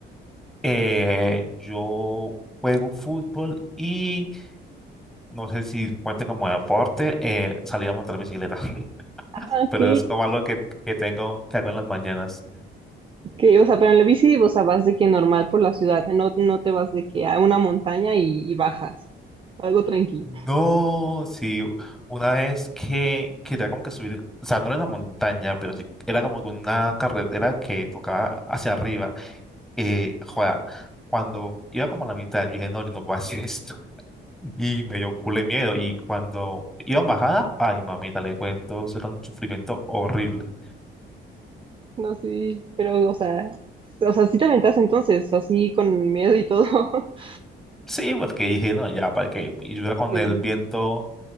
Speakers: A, in the centre; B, on the right.
A: Eh, yo juego fútbol y no sé si cuente como deporte, eh, salir a montar bicicleta. <laughs>
B: Ah, ok,
A: pero es como algo que, que tengo, que hago en las mañanas.
B: Que, o sea, pero en la bici, o sea, vas de que normal por la ciudad, no, no te vas de que a una montaña y, y bajas, algo tranqui
A: No, sí, una vez que quería como que subir, o sea, no era la montaña, pero sí, era como que una carretera que tocaba hacia arriba. Eh, joda, cuando iba como a la mitad, yo dije, no, yo no puedo hacer esto. Y me dio culo de miedo. Y cuando iba en bajada, ay, mamita, le cuento, eso era un sufrimiento horrible.
B: No, sí, pero, o sea, o sea, sí te aventas entonces, así con miedo y todo. <laughs>
A: Sí, porque dije, no, ya, para qué. Y yo iba con
B: Sí.
A: el viento